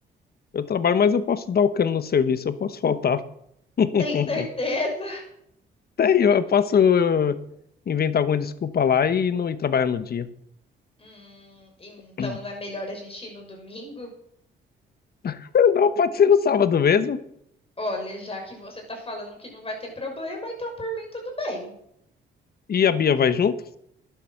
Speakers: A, on the left; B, on the left.
A: Eu trabalho, mas eu posso dar o cano no serviço, eu posso faltar. <laughs>
B: <laughs> Tem certeza?
A: Até eu, eu posso eh, inventar alguma desculpa lá e não ir trabalhar no dia.
B: Hum, então
A: <clears throat>
B: não é melhor a gente ir no domingo?
A: <laughs> Não, pode ser no sábado mesmo.
B: Olha, já que você tá falando que não vai ter problema, então por mim tudo bem.
A: E a Bia vai junto?